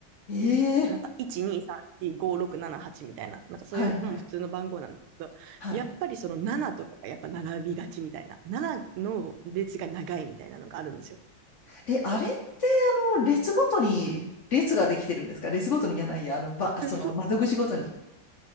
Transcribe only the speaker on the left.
ええ
はいはい。
はい。
え、あれってあの、列ごとに列ができてるんですか列ごとにじゃないや、
あの、ば、
その窓口ごとに。